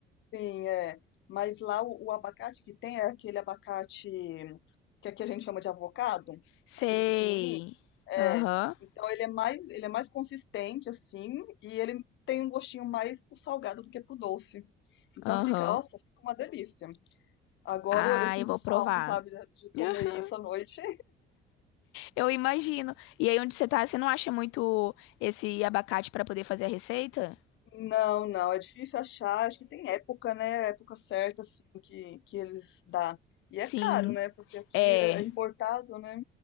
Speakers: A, on the left; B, on the left.
A: sim, é. Mas lá o, o abacate que tem é aquele abacate que aqui a gente chama de avocado,
B: Sei.
A: aquele pequenininho. É.
B: Aham,
A: Então ele é mais, ele é mais consistente assim e ele tem um gostinho mais pro salgado do que pro doce. Então
B: aham.
A: fica, nossa, fica uma delícia. Agora
B: Ah,
A: eu, eu sinto
B: eu vou provar.
A: falta, sabe, de de
B: <laughs>
A: comer isso à noite.
B: Eu imagino. E aí onde você tá, você não acha muito esse abacate pra poder fazer a receita?
A: Não, não, é difícil achar. Acho que tem época, né? Época certa, assim, que, que eles dá. E
B: Sim.
A: é caro, né? Porque aqui
B: É,
A: é é importado, né?